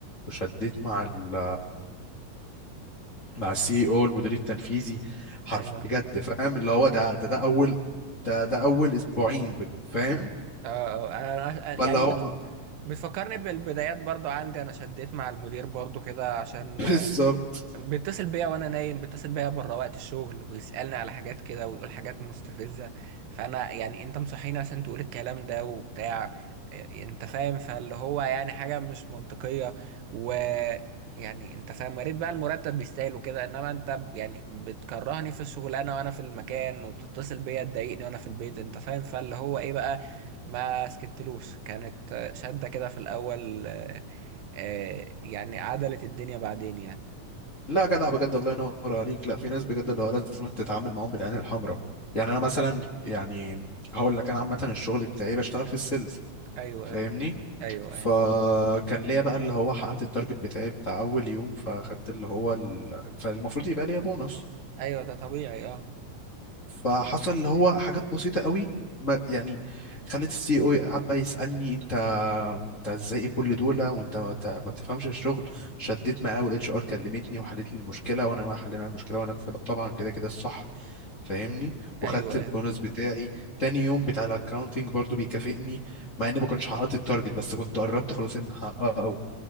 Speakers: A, on the left; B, on the right.
A: وشديت مع ال مع السي او المدير التنفيذي حرف
B: ايوه
A: بجد فاهم اللي هو ده ده ده اول ده ده اول اسبوعين بج- فاهم
B: اه اه انا انا-
A: فاللي
B: يعني
A: هو
B: بت بتفكرني بالبدايات برضو عندي انا شديت مع المدير برضو كده عشان
A: <laughs> بالظبط
B: بيتصل بيا وانا نايم بيتصل بيا بره وقت الشغل ويسألني على حاجات كده ويقول حاجات مستفزة فانا يعني انت مصحيني عشان تقول الكلام ده وبتاع إيه، انت فاهم فاللي هو يعني حاجة مش منطقية و يعني انت فاهم يا ريت بقى المرتب يستاهل وكده انما انت ب- يعني بتكرهني في الشغلانة وانا في المكان وبتتصل بيا تضايقني وانا في البيت انت فاهم فاللي هو ايه بقى ما سكتلوش كانت شدة كده في الاول آه، آه، يعني عدلت الدنيا بعدين يعني
A: لا جدع بجد الله ينور عليك لا في ناس بجد اللي هو لازم تتعامل معاهم بالعين الحمراء يعني انا مثلا يعني هقول لك انا عامه الشغل بتاعي بشتغل في السيلز
B: ايوه
A: فاهمني
B: ايوه ايوه
A: فكان
B: ايوه
A: ليا بقى اللي هو حققت التارجت بتاعي بتاع اول يوم فاخدت اللي هو ال... فالمفروض يبقى ليا بونص
B: ايوه ده طبيعي اه
A: فحصل اللي هو حاجات بسيطة قوي ما يعني خلت السي او قعد بقى يسألني انت انت ازاي إيه كل دول وانت ما ت- ما بتفهمش الشغل شديت معاه والاتش ار كلمتني وحلت لي المشكلة وانا ما حلينا المشكلة وانا طب- طبعا كده كده الصح فاهمني
B: ايوه
A: وخدت البونص
B: ايوه
A: بتاعي تاني يوم بتاع الاكاونتنج برضو بيكافئني مع اني ما كنتش حققت التارجت بس كنت قربت خلاص اني احققه